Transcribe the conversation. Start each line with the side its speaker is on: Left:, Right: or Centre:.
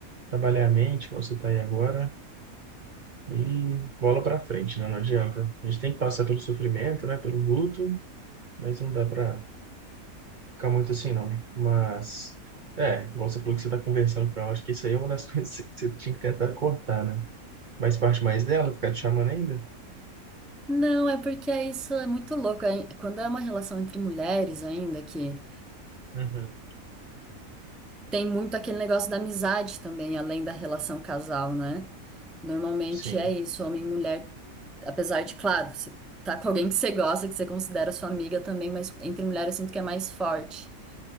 Right: trabalhar a mente, como você está aí agora, e bola para frente, né? Não adianta. A gente tem que passar pelo sofrimento, né? Pelo luto, mas não dá para ficar muito assim, não. Mas, é, igual você falou que você está conversando com ela, acho que isso aí é uma das <laughs> coisas que você tinha que tentar cortar, né? Mas parte mais dela, ficar te chamando ainda?
Centre: Não, é porque é isso é muito louco. é- Quando é uma relação entre mulheres ainda, que
Right: Uhum.
Centre: tem muito aquele negócio da amizade também, além da relação casal, né? Normalmente
Right: Sim.
Centre: é isso, homem e mulher apesar de, claro, você tá com alguém que você gosta, que você considera sua amiga também, mas entre mulheres eu sinto que é mais forte.